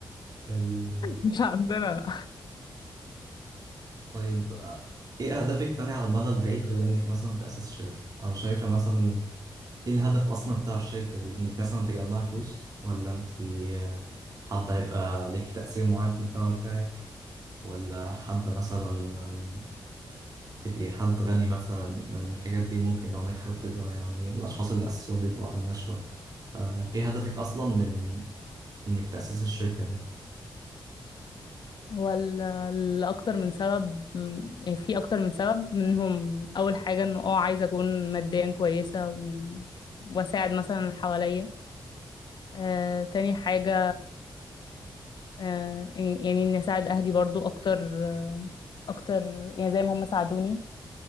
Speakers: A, on the right; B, on the left.
A: ال...
B: مش عندنا
A: طيب آه، ايه أهدافك تانية على المدى البعيد غير إنك مثلا تأسس الشركة أو شايفة مثلا ايه الهدف أصلا بتاع الشركة دي إنك مثلا تجمعي فلوس ولا أنت آه، حابة يبقى ليك تأثير معين في المجتمع بتاعك ولا حابة مثلا تبقي حد غني مثلا من الحاجات دي ممكن لو نجحت تبقى يعني الأشخاص اللي أسسوها بيبقوا أغنياء شوية آه، إيه هدفك أصلا من إنك تأسس الشركة دي؟
B: هو ال- الاكتر من سبب يعني في اكتر من سبب منهم اول حاجة انه اه عايزة اكون ماديا كويسة و... واساعد مثلا اللي حواليا آه، تاني حاجة آه، يعني يعني اني اساعد اهلي برضو اكتر اكتر يعني زي ما هم ساعدوني